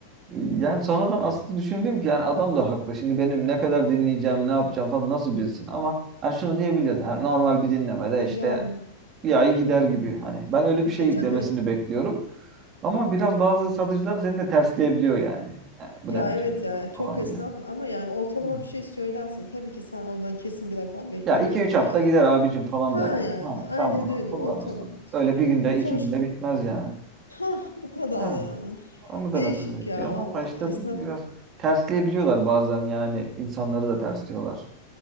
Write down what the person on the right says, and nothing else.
Yani sonradan aslında düşündüm ki yani adam da haklı. Şimdi benim ne kadar dinleyeceğim, ne yapacağım falan nasıl bilsin? Ama hani şunu diyebilirdi. Hani normal bir dinlemede
işte
bir ay gider gibi. Hani ben öyle bir şey
demesini bekliyorum. Ama biraz bazı satıcılar seni de tersleyebiliyor yani. E, bu
ne biçim
bir
soru
falan
diyor.
Hı.
Ya iki üç
hafta
gider
abicim falan
der yani.
Ha,
sen bunu
kullanırsın.
Öyle bir günde
iki günde bitmez yani.
Ha.
Onu demesi
de bekliyorum
ama işte
biraz tersleyebiliyorlar bazen yani insanları da tersliyorlar.